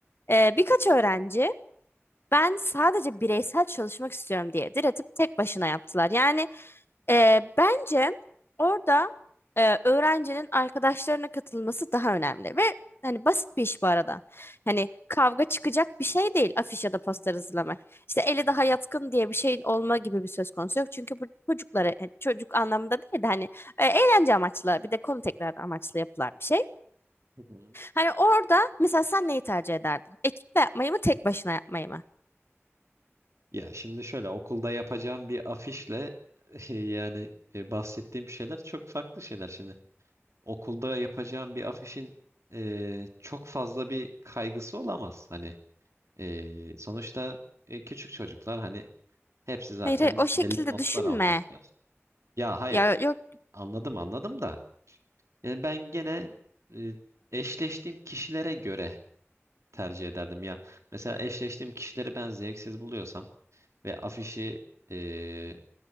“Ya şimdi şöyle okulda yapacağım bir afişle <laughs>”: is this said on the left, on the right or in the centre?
Right